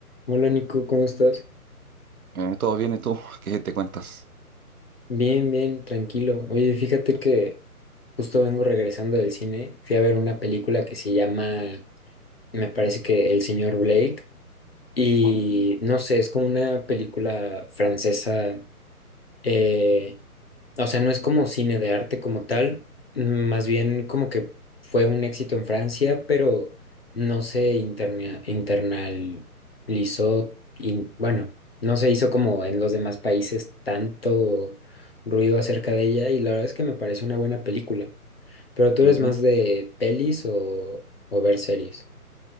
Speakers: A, on the left; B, on the right.
A: Hola Nico, ¿cómo estás?
B: Eh, todo bien, ¿y tú? <laughs> ¿Qué te cuentas?
A: Bien, bien, tranquilo. Oye, fíjate que justo vengo regresando del cine. Fui a ver una película que se llama, me parece que El señor Blake. Y no sé, es como una película francesa eh, O sea, no es como cine de arte como tal, mm, más bien como que fue un éxito en Francia, pero no se interna- internalizó, in- bueno, no se hizo como en los demás países tanto ruido acerca de ella y la verdad es que me parece una buena película. Pero tú
B: Ujú,
A: eres más de pelis o, o ver series.